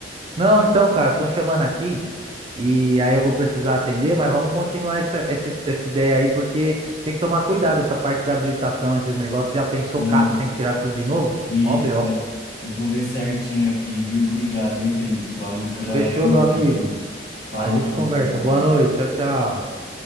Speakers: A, on the right; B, on the left.
A: Não, então, cara, estão chamando aqui e aí eu vou precisar atender, mas vamos continuar essa, essa, essa ideia aí, porque tem que tomar cuidado essa parte da habilitação, esses negócios. Já pensou
B: não,
A: caça e tem que tirar tudo de novo?
B: isso,
A: Mó BO.
B: é. Eu vou ver certinho aqui, viu? Obrigado, hein, Felipe? Valeu pela
A: Fechou,
B: conversa
A: meu amigo.
B: aí. Falou,
A: A gente conversa.
B: um
A: Boa noite.
B: abraço.
A: Tchau, tchau.